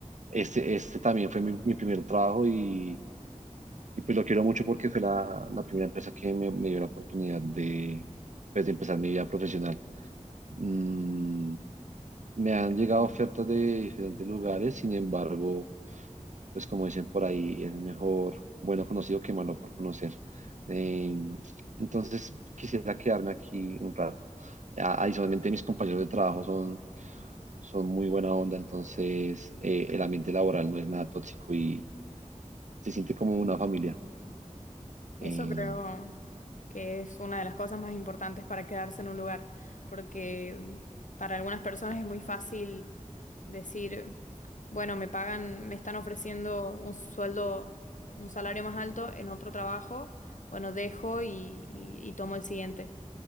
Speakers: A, on the right; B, on the left.
A: este, este también fue mi, mi primer trabajo y, y pues lo quiero mucho porque fue la, la primera empresa que me, me dio la oportunidad de, pues, de empezar mi vida profesional. Mm, me han llegado ofertas de diferentes lugares, sin embargo, pues como dicen por ahí, es mejor bueno conocido que malo por conocer. Eh, entonces, quisiera quedarme aquí un rato. A- Adicionalmente, mis compañeros de trabajo son, son muy buena onda, entonces eh, el ambiente laboral no es nada tóxico y se siente como una familia.
B: Eso
A: Eh,
B: creo que es una de las cosas más importantes para quedarse en un lugar, porque para algunas personas es muy fácil decir, bueno, me pagan, me están ofreciendo un sueldo, un salario más alto en otro trabajo, bueno, dejo y, y- y tomo el siguiente.